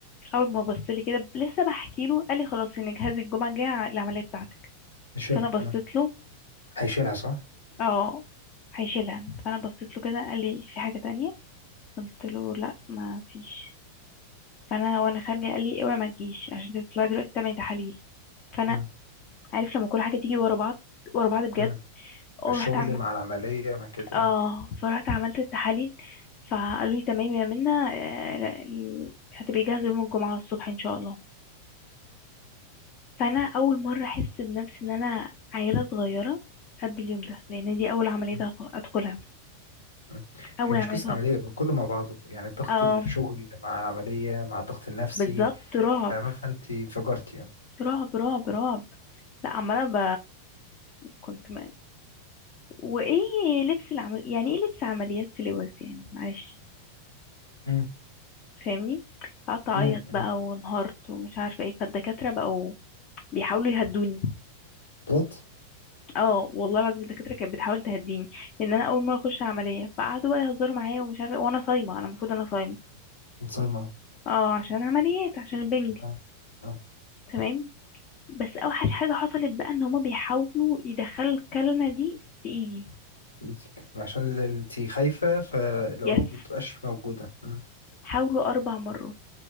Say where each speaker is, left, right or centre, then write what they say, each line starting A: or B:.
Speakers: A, on the left (about 40°); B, on the left (about 75°).
A: اول ما بص لي كده لسه بحكي له قال لي خلاص ان جهازي الجمعه الجايه ع- العمليه بتاعتك
B: نشيلها
A: فانا بصيت
B: اه
A: له
B: هيشيلها صح
A: اه هيشيلها فانا بصيت له كده قال لي في حاجه تانية قلت له لا ما فيش فانا وانا خارجه قال لي اوعي ما تجيش عشان تطلعي دلوقتي تعملي تحاليل فانا
B: امم
A: عارف لما كل حاجه تيجي ورا بعض ورا بعض بجد
B: امم
A: ورحت
B: الشغل مع العملية مع كده
A: اه
B: اه
A: فرحت عملت التحاليل فقالوا لي تمام يا منى آه، ال- هتبقي جاهزة يوم الجمعة الصبح ان شاء الله فانا اول مرة احس بنفسي ان انا عيلة صغيرة قد اليوم ده لان دي اول عملية
B: مم.
A: أدخ- ادخلها
B: مم.
A: اول
B: هي مش
A: عملية
B: قصة
A: خالص
B: عملية كله مع بعضه يعني ضغط
A: اه
B: الشغل مع العملية مع الضغط النفسي
A: بالظبط رعب
B: فاهمة فانت انفجرتي اه
A: رعب رعب رعب لا عمالة ب... كنت م... وايه لبس العمل يعني ايه لبس عمليات في لبس يعني معلش
B: امم
A: فاهمني قعدت اعيط
B: امم امم
A: بقى وانهارت ومش عارفه ايه فالدكاتره بقوا بيحاولوا يهدوني
B: جت
A: اه والله العظيم الدكاتره كانت بتحاول تهديني لان انا اول مره اخش عمليه فقعدوا بقى يهزروا معايا ومش عارفه إيه، وانا صايمه انا المفروض انا صايمه
B: مصايمة
A: اه عشان عمليات عشان البنج
B: اه اه
A: تمام بس اوحش حاجه حصلت بقى ان هما بيحاولوا يدخلوا الكلمه دي في ايدي
B: في ايدك عشان انت خايفة فالعروق
A: يس
B: بتبقاش موجودة امم
A: حاولوا اربع مرات